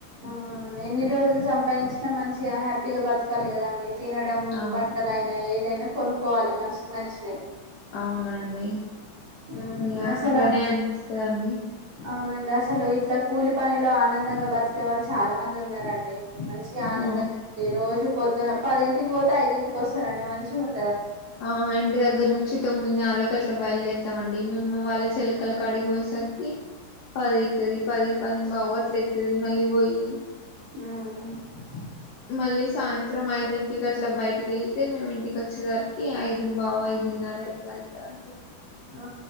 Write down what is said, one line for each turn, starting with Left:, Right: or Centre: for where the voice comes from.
Right: ఆ ఎన్ని రోజులు సంపాయించినా, మంచిగా, హ్యాపీగా, బతకాలి గదా అండి. తినడం
Left: అవును
Right: బట్టలైన ఏ దైనా కొనుక్కోవాలి మనషికి నచ్చినయి
Left: అవునండి
Right: ఉమ్
Left: ఇగ
Right: అసలు
Left: అట్లనే అనిపిస్తాదండి
Right: అవునండి అసలు ఇట్లా కూలి పనిలో ఆనందంగా బతికే వాళ్ళు చాలా మంది ఉన్నారండి మంచిగా ఆనందంగా
Left: ఆ
Right: రోజు పొద్దున పదింటికి పోతే ఐదింటికి వస్తారండి మంచిగా ఉం
Left: ఆ ఇంటి దగ్గర నుంచి తొమ్మిది నరక్ కట్లా బయలుదేరుతామండి, మేము వాళ్ళ చెలుకల కాడికి పోయేసరికి పది అయితాది పది పది బావు అట్ల అయితది మళ్ళీ పోయి
Right: ఉమ్ ఉ
Left: మళ్ళీ సాయంత్రం ఐదింటికి అట్లా బయటికి వెళ్తే మేము ఇంటికి వచ్చేసరికి ఐదు బావ్ ఐదున్నర ఇట్లా అయితది అండి
Right: ఆ